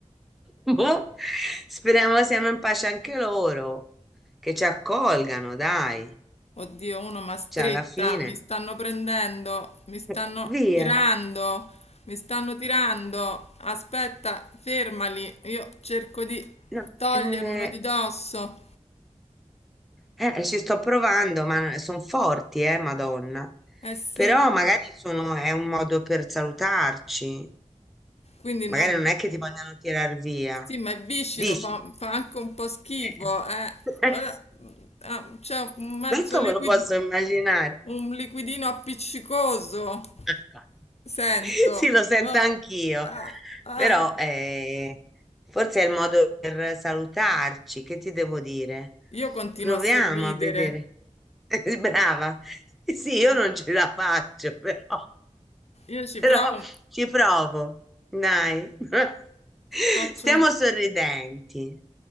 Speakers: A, in the centre; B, on the left.
A: boh. Speriamo siano in pace anche loro, che ci accolgano, dai.
B: Oddio, uno ma stretta,
A: Cioè, alla fine,
B: mi stanno prendendo, mi stanno
A: eh, via.
B: tirando, mi stanno tirando. Aspetta, fermali, io cerco di
A: No,
B: togliermelo
A: eh,
B: di dosso.
A: eh, ci sto provando, ma sono forti, eh, Madonna.
B: Eh sì,
A: Però magari sono, è un modo per salutarci.
B: quindi non...
A: Magari non è che ti vogliono tirar via.
B: Sì, ma è viscido,
A: Dici?
B: fa, fa anche un po' schifo,
A: Eh,
B: eh.
A: <laughs>
B: Eh, ah, C'è un mezzo
A: questo
B: liquid...
A: me lo posso immaginare.
B: un liquidino appiccicoso,
A: <laughs>
B: sento.
A: Sì, lo sento
B: Ah,
A: anch'io,
B: ah, ah.
A: però eh, forse è il modo per salutarci. Che ti devo dire?
B: Io continuo
A: Proviamo
B: a sorridere.
A: a vedere. <laughs> Brava. Sì, io non ce la faccio, però,
B: Io ci
A: però
B: provo,
A: ci provo. Dai. <laughs>
B: faccio,
A: Stiamo
B: un-
A: sorridenti.